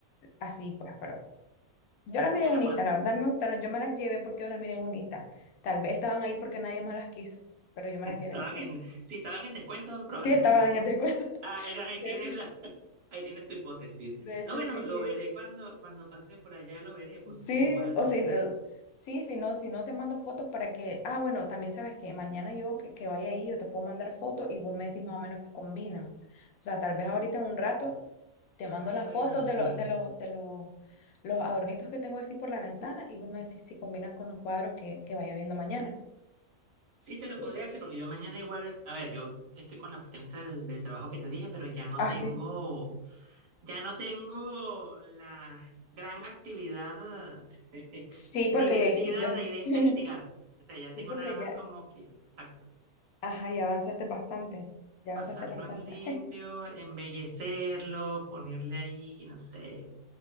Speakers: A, on the left; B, on the right.
A: así pues, pero yo las miré
B: bueno,
A: bonita,
B: cuando
A: la verdad me gustaron. Yo me las llevé porque yo las miré bonita. Tal vez estaban ahí porque nadie más las quiso, pero yo me
B: estaban
A: las llevé. <laughs>
B: en, si estaban en descuento, probablemente.
A: Sí, estaban en el descuento.
B: <laughs>
A: <laughs>
B: Ah, era-
A: De
B: ahí tienes
A: hecho,
B: la, <laughs> ahí tienes tu hipótesis.
A: de hecho,
B: No, bueno,
A: sí,
B: lo
A: sí.
B: veré cuando, cuando pase por allá, lo veré, porque
A: Sí,
B: igual.
A: o si no, sí, si no, si no te mando fotos para que, ah, bueno, también sabes que mañana yo que, que vaya ahí, yo te puedo mandar fotos y vos me decís más o menos que combina. O sea, tal vez ahorita en un rato te mando
B: Ah,
A: las
B: bueno,
A: fotos
B: sí.
A: de los, de los, de los, los adornitos que tengo así por la ventana y vos me decís si combinan con los cuadros que, que vaya viendo mañana.
B: Sí, te lo
A: Sí.
B: podría decir, porque yo mañana igual, a ver, yo estoy con la cuestión esta del, del trabajo que te dije, pero ya no
A: Ah,
B: tengo,
A: sí.
B: ya no tengo la gran actividad eh,
A: Sí,
B: <laughs>
A: porque
B: divertida
A: ya hiciste.
B: de ir a investigar.
A: <laughs>
B: O sea, ya
A: Sí,
B: tengo
A: porque
B: nada más
A: ya,
B: como que, exacto,
A: ajá, ya avanzaste bastante. Ya avanzaste
B: pasarlo
A: bastante.
B: en limpio,
A: <laughs>
B: embellecerlo, ponerle ahí, no sé,